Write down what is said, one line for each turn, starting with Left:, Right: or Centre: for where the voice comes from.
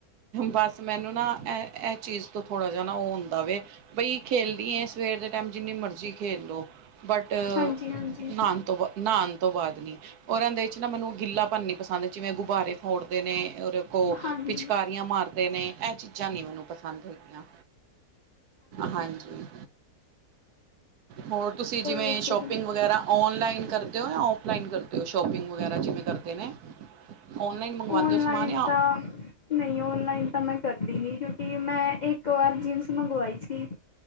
Right: ਬਸ ਮੈਨੂੰ ਨਾ ਐ-ਐ ਚੀਜ਼ ਤੋਂ ਥੋੜ੍ਹਾ ਜੇਹਾ ਨਾ ਓ ਹੁੰਦਾ ਵੇ ਬਈ ਖੇਲਨੀ ਏਦ ਸਵੇਰ ਦੇ ਟਾਈਮ ਜਿੰਨੀ ਮਰਜ਼ੀ ਖੇਲ ਲੋ ਬਟ
Left: ਹਾਂਜੀ ਹਾਂਜੀ
Right: ਨਾਣ- ਤੋਂ ਨਾਣ ਤੋਂ ਬਾਦ ਨੀ ਔਰ ਐਂਦੇ ਵਿੱਚ ਨਾ ਮੈਨੂੰ ਗਿੱਲਾ ਪਣ ਨੀ ਪਸੰਦ ਜਿਵੇਂ ਗੁਬਾਰੇ ਫੋੜਦੇ ਨੇ ਔਰ ਇੱਕ ਓ
Left: ਹਾਂਜੀ
Right: ਰੀਆ ਮਾਰਦੇ ਨੇ ਐ ਚੀਜ਼ਾਂ ਨੀ ਮੈਨੂੰ ਪਸੰਦ ਹੈਗੀਆਂ, ਹਾਂਜੀ। ਹੋਰ ਤੁਸੀਂ ਜਿਵੇਂ
Left: ਦੱਸੋ
Right: ਸ਼ੋਪਿੰਗ
Left: ਜੀ
Right: ਵਗੈਰਾ ਔਨਲਾਈਨ ਕਰਦੇ ਓ ਯਾਂ ਔਫਲਾਈਨ ਕਰਦੇ ਓ ਸ਼ੋਪਿੰਗ ਵਗੈਰਾ ਜਿਵੇਂ ਕਰਦੇ ਨੇ ਔਨਲਾਈਨ ਮੰਗਵਾਉਂਦੇ
Left: ਔਨਲਾਈਨ
Right: ਹੋ ਸਮਾਨ ਜਾਂ
Left: ਤਾ ਨਈ ਔਨਲਾਈਨ ਤਾਂ ਮੈਂ ਕਰਦੀ ਨੀ ਕਿਉਂਕਿ ਮੈਂ ਇੱਕ ਵਾਰ ਜੀਨਸ ਮੰਗਵਾਈ ਸੀ